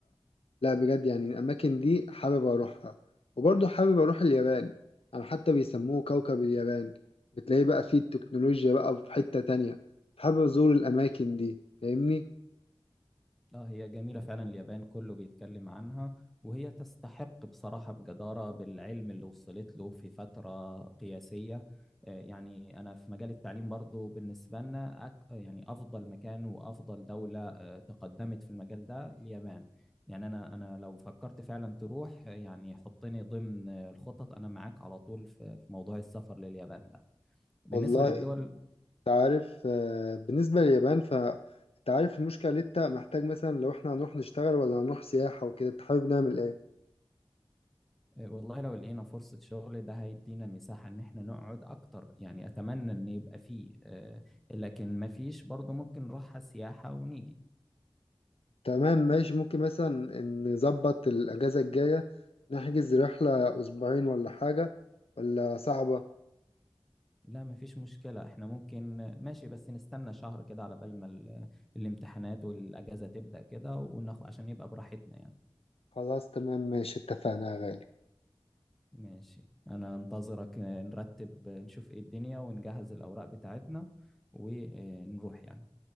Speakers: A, on the left (about 75°); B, in the centre.
A: لا بجد يعني الأماكن دي حابب أروحها وبرضه حابب أروح اليابان يعني حتى بيسموه كوكب اليابان بتلاقيه بقى فيه التكنولوجيا بقى في حتة تانية فحابب أزور الأماكن دي فاهمني
B: اه هي جميلة فعلا اليابان كله بيتكلم عنها وهي تستحق بصراحة بجدارة بالعلم اللي وصلت له في فترة قياسية آه، يعني أنا في مجال التعليم برضو بالنسبة لنا أك... يعني أفضل مكان وأفضل دولة آه، تقدمت في المجال ده اليابان يعني أنا أنا لو فكرت فعلا تروح آه، يعني حطني ضمن آه، الخطط أنا معاك على طول في في موضوع السفر لليابان ده بالنسبة
A: والله
B: للدول
A: أنت عارف آه، بالنسبة لليابان فأنت عارف المشكلة اللي أنت محتاج مثلا لو إحنا هنروح نشتغل ولا هنروح سياحة وكده أنت حابب نعمل إيه
B: آه، والله لو لقينا فرصة شغل ده هيدينا مساحة إن إحنا نقعد أكتر يعني أتمنى إن يبقى فيه آه، لكن مفيش برضه ممكن نروحها سياحة ونيجي
A: تمام ماشي ممكن مثلا نظبط الأجازة الجاية نحجز رحلة أسبوعين ولا حاجة ولا صعبة
B: لا مفيش مشكلة إحنا ممكن ماشي بس نستنى شهر كده على بال ما ال- الامتحانات والأجازة تبدأ كده وناخد عشان يبقى براحتنا يعني
A: خلاص تمام ماشي اتفقنا يا غالي
B: ماشي أنا أنتظرك آه، نرتب آه، نشوف إيه الدنيا ونجهز الأوراق بتاعتنا ونروح يعني